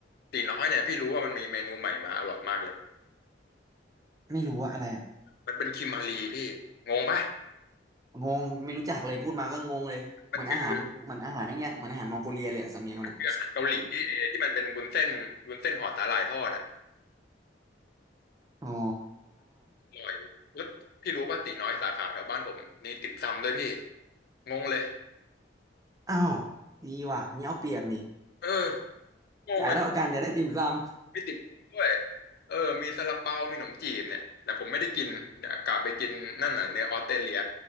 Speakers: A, on the left (about 55°); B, on the right (about 20°).
A: ตีน้อยเนี่ยพี่รู้ว่ามันมีเมนูใหม่มาอร่อยมากเลย
B: ไม่รู้ว่าอะไรอ่ะ
A: มันเป็นคิมมารีพี่งงปะ
B: งงไม่รู้จักเลยพูดมาก็งงเลย
A: มันคือ
B: เหมือนอาหารเหมือนอาหารไอ้เนี่ยเหมือนอาหารมองโกเลียเลยอะสำเนียงมันอ่ะ
A: คืออาหารเกาหลีที่เอที่มันเป็นวุ้นเส้นวุ้นเส้นห่อสาหร่ายทอดอะ
B: <laughs> อ๋อ
A: อร่อยแล้วพี่รู้ป่ะตีน้อยสาขาแถวบ้านผมมีติ่มซำด้วยพี่งงเลย
B: อ้าวดีว่ะอันนี่เอาเปรียบนี่
A: เอองงเลย
B: <laughs> จ่ายเท่ากันแต่ได้ติ่มซำ <laughs>
A: มีติ่มซำด้วยเออมีซาลาเปามีขนมจีบเนี่ยแต่ผมไม่ได้กินเดี๋ยวกลับไปกินนั่นน่ะเนื้อออสเตรเลีย